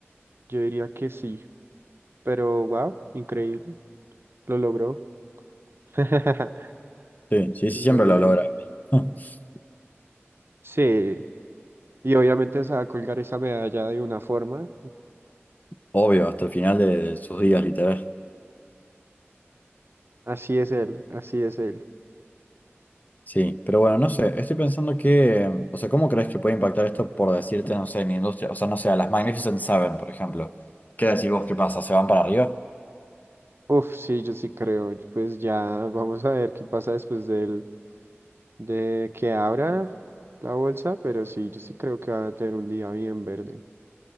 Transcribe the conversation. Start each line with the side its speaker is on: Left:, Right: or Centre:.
Right: yo diría que sí. Pero wow, increíble. Lo logró. <laughs>
Left: Sí, sí, sí,
Right: Lo
Left: siempre
Right: logró.
Left: lo logra. <laughs>
Right: Sí. Y obviamente se va a colgar esa medalla de una forma.
Left: Obvio, hasta el final de, sus días, literal.
Right: Así es él, así es él.
Left: Sí, pero bueno, no sé, estoy pensando que, o sea, ¿cómo crees que puede impactar esto por decirte, no sé, en industria? O sea, no sé, a las Magnificent Seven, por ejemplo. ¿Qué decís vos? ¿Qué pasa? ¿Se van para arriba?
Right: Uf, sí, yo sí creo. Pues ya vamos a ver qué pasa después del, de que abra la bolsa, pero sí, yo sí creo que va a tener un día bien verde.